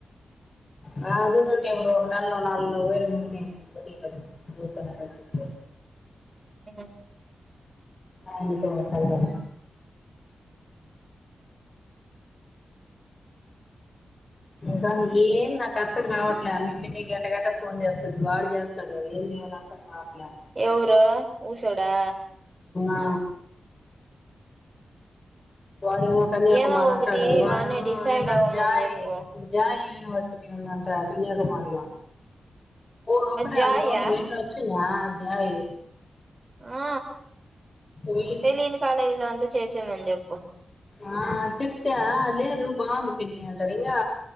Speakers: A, on the left (about 40°); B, on the right (about 35°).
A: కాదు మనకు ఇప్పుడు ఒక నెలలో నాలువేలు మునిగిన్ సరైనది నీకు కనబడింది
B: చెప్పు
A: ఆ ఉంటే వస్తా అన్నారు ఇంకా ఏం నాకు అర్థకు రావట్లే మీ పిన్ని గంట గంట ఫోన్ చేస్తాంది వాడు చేస్తాడు ఏం చేయాల అర్థం కావట్లే
B: ఎవరు ఊసోడా
A: ఆ వాడేమో కన్యాకుమారి
B: ఏదో ఒకటి
A: అంటాడు వాడు
B: వాణ్ణి డిసైడ్
A: ఏదో
B: అవ్వమని
A: జాయ్
B: చెప్పు
A: జాయ్ యూనివర్సిటీ ఉందంట కన్యాకుమారిలో డోక్కడే
B: జాయా
A: అంత దూరం వెళ్లి వచ్చిండా జాయ్
B: ఆ
A: వీడు
B: తెలియని కాలేజీలో అంతా చేర్చేమని చెప్పు
A: ఆ చెప్తే లేదు బాగుంది పిన్ని అంటడు ఇంకా